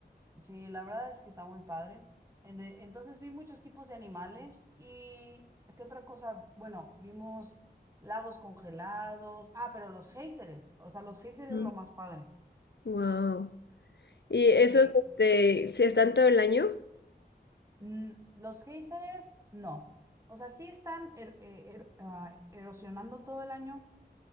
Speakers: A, on the right; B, on the left.
A: Sí, la verdad es que está muy padre. En de- Entonces vi muchos tipos de animales y ¿qué otra cosa? Bueno, vimos lagos congelados. Ah, pero los géiseres. O sea, los géiseres
B: Mm.
A: es lo más padre.
B: Wow. ¿Y esos
A: Sí,
B: este, se están todo el año?
A: Mm, Los géiseres, no. O sea, sí están er- eh, er- ah, erosionando todo el año,